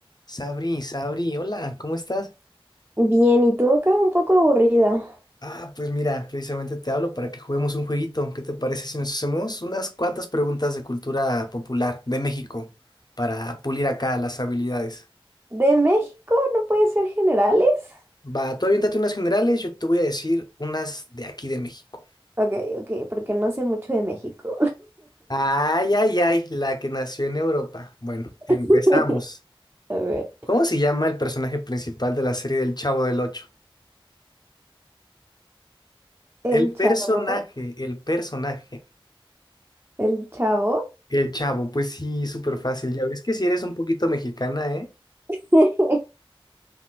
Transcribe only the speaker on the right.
Bien, y tú acá un poco aburrida.
¿De México? ¿No puede ser generales?
Ok, ok, porque no sé mucho de México.
<laughs>
A ver,
el
chavo,
el chavo.
<laughs>